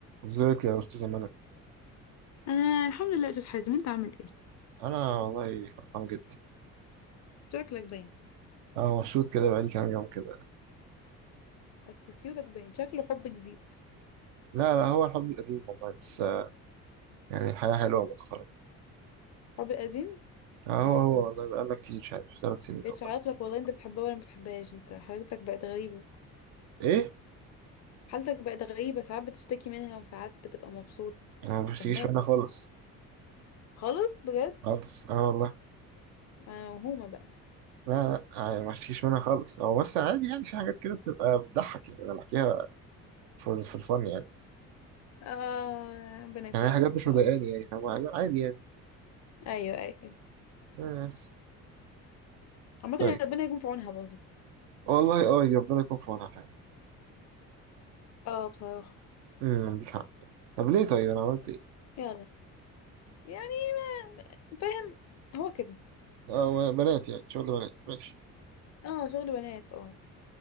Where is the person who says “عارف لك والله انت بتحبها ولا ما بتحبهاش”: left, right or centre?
Left